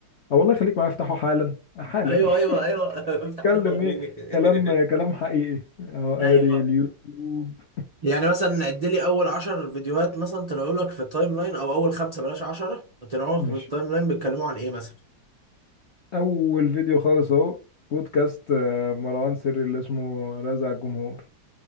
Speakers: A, on the left; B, on the right.
A: والله خليك معايا افتحه حالا حالا
B: ايوه ايوه
A: <laughs>
B: ايوه <laughs>
A: اتكلم
B: افتح كده وريني
A: ايه
B: <laughs>
A: كلام كلام حقيقي اهو ادي
B: ايوه
A: اليوتيوب
B: يعني مثلا عد لي اول 10 فيديوهات مثلا طلعوا لك في التايم لاين او اول خمسه بلاش 10 طلعوا
A: ماشي
B: لك في التايم لاين بيتكلموا عن ايه مثلا
A: اول فيديو خالص اهو بودكاست آه، مروان سري اللي اسمه رازع الجمهور